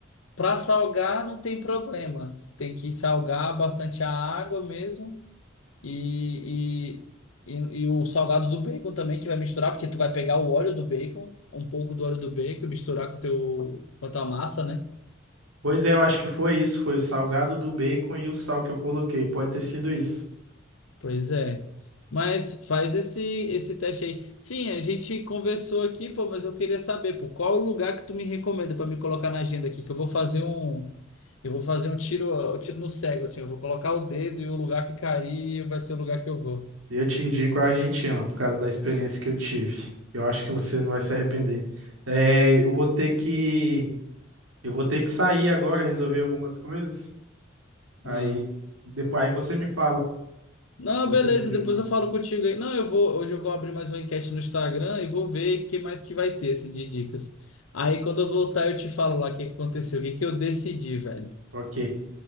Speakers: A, on the left; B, on the right.
A: Para salgar não tem problema. Tem que salgar bastante a água mesmo e, e, e, e o salgado do bacon também que vai misturar, porque tu vai pegar o óleo do bacon, um pouco do óleo do bacon e misturar com o teu, com a tua massa, né?
B: Pois é, eu acho que foi isso. Foi o salgado do bacon e o sal que eu coloquei. Pode ter sido isso.
A: Pois é. Mas faz esse esse teste aí. Sim, a gente conversou aqui, pô, mas eu queria saber, pô, qual o lugar que tu me recomenda para me colocar na agenda aqui, que eu vou fazer um eu vou fazer um tiro, um tiro no cego assim, eu vou colocar o dedo e o lugar que cair vai ser o lugar que eu vou.
B: Eu te indico a Argentina, por causa da experiência que eu tive. Eu acho que você não vai se arrepender. É, eu vou ter que, eu vou ter que sair agora, resolver algumas coisas. Aí,
A: Ah.
B: depois, aí você me fala
A: Não,
B: se você
A: beleza,
B: decidiu
A: depois
B: alguma.
A: eu falo contigo aí. Não, eu vou, hoje eu vou abrir mais uma enquete no Instagram e vou ver o que mais que vai ter assim de dicas. Aí quando eu voltar eu te falo lá o que que aconteceu, o que que eu decidi, velho.
B: Ok,